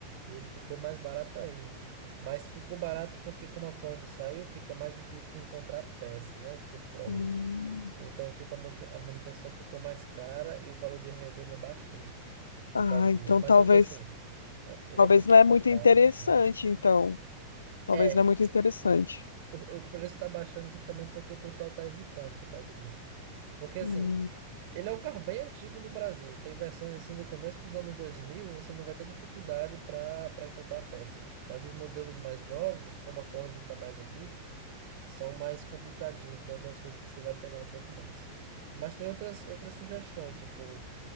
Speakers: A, on the right; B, on the left.
A: e ele ficou mais barato ainda. Mas ficou barato porque, como a Ford saiu, fica mais difícil de encontrar peça, né? Pro Ford.
B: Hum,
A: Então, tipo, a monta- a manutenção ficou mais cara e o valor de revenda baixou por
B: Ah,
A: causa disso.
B: então
A: Mas
B: talvez,
A: só que assim, ah, ele
B: talvez
A: é muito
B: não
A: confortável
B: é muito interessante,
A: e tudo mais.
B: então. Talvez
A: É,
B: não é muito interessante.
A: O, o preço está baixando justamente porque o pessoal está evitando por causa disso. Porque assim,
B: Hum,
A: ele é um carro bem antigo no Brasil. Tem versões assim do começo dos anos 2000 e você não vai ter dificuldade para para encontrar a peça. Mas os modelos mais novos, como a Ford não está mais aqui, são mais complicadinhos. Tem algumas coisas que você vai penar um pouco mais. Mas tem outras, outras sugestões, tipo,